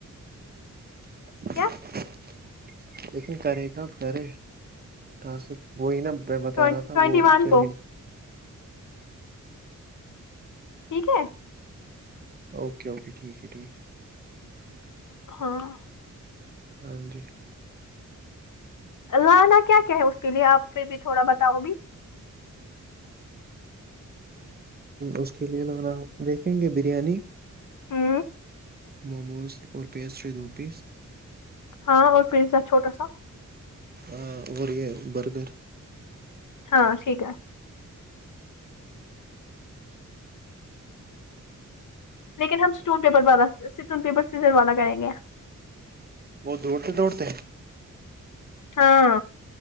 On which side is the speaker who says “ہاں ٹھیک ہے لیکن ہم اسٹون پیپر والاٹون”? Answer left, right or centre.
Left